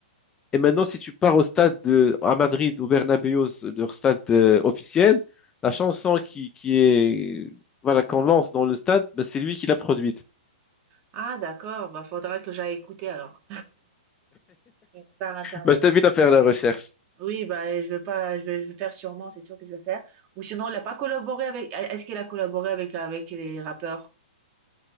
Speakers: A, on the left; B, on the right.
A: Et maintenant, si tu pars au stade de, à Madrid, au Bernabéu, leur stade euh, officiel, la chanson qui, qui est, voilà, qu'on lance dans le stade, ben, c'est lui qui l'a produite.
B: Ah d'accord, bah, faudra que j'aille écouter alors. Une star internationale.
A: Ben, je t'invite à faire la recherche.
B: Oui, bah, je vais pas je vais je vais faire sûrement, c'est sûr que je vais faire ou sinon elle a pas collaboré avec est est-ce qu'elle a collaboré avec avec les rappeurs?